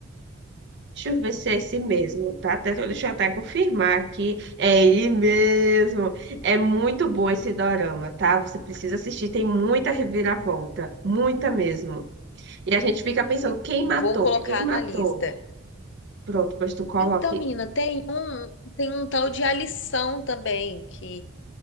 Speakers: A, on the right; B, on the left.
A: Deixa eu ver se é esse mesmo, tá? Até- Deixa eu até confirmar aqui. É ele mesmo. É muito bom esse dorama, tá? Você precisa assistir, tem muita reviravolta, muita mesmo. E a gente fica pensando, quem
B: Vou
A: matou?
B: colocar
A: Quem matou?
B: na lista.
A: Pronto, pois tu coloque
B: Então, menina, tem um, tem um tal de A Lição também, que,